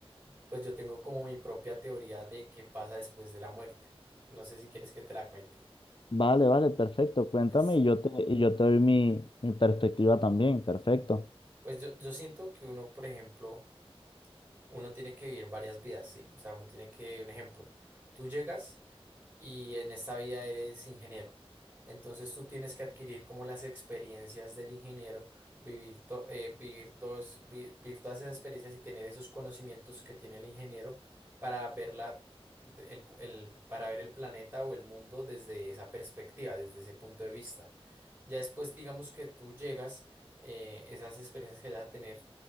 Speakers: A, on the right; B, on the left.
A: Pues yo tengo como mi propia teoría de qué pasa después de la muerte. No sé si quieres que te la cuente.
B: Vale, vale, perfecto. Cuéntame
A: Pues,
B: y yo te, y yo te doy mi, mi perspectiva también. Perfecto.
A: pues yo, yo siento que uno, por ejemplo, uno tiene que vivir varias vidas, ¿sí? O sea, uno tiene que, un ejemplo, tú llegas. y en esta vida eres ingeniero. Entonces tú tienes que adquirir como las experiencias del ingeniero, vivir, to- eh, vivir, todos, vi- vivir todas esas experiencias y tener esos conocimientos que tiene el ingeniero para ver la- de- el, pu- el- para ver el planeta o el mundo desde esa perspectiva, desde ese punto de vista. Ya después, digamos que tú llegas, eh, esas experiencias que vas a tener